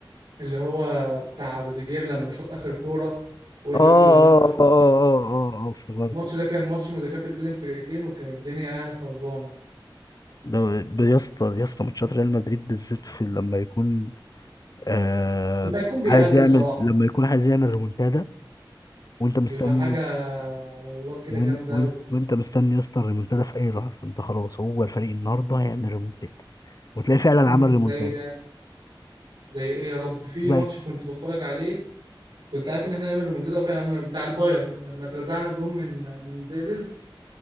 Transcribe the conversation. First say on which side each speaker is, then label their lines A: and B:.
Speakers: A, on the right; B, on the left.
A: اللي هو بتاع روديجير لما شاط اخر كوره وإيدرسون
B: اه
A: لمسها
B: اه
A: ودخل
B: اه اه
A: الجول
B: اه اه افتكرت
A: الماتش ده كان ماتش متكافئ بين الفرقتين وكانت الدنيا يعني خربانه
B: ده ب- يا اسطى يا اسطى ماتشات ريال مدريد بالذات في لما يكون آه
A: لما يكون بيأدي
B: عايز يعمل
A: بصراحه
B: لما يكون عايز يعمل ريمونتادا وانت مستني
A: بيبقى حاجه على الله كده
B: وان
A: جامده
B: وان
A: قوي
B: وانت مستني يا اسطى الريمونتادا في اي لحظه انت خلاص هو الفريق النهارده هيعمل ريمونتادا وتلاقيه فعلا
A: امم
B: عمل ريمونتادا
A: زي زي ايه يا رب في
B: زي
A: ماتش كنت بتفرج عليه كنت عارف ان احنا هنعمل رومنتادا وفعلا عملنا بتاع البايرن لما اترزعنا جون من من ديفيز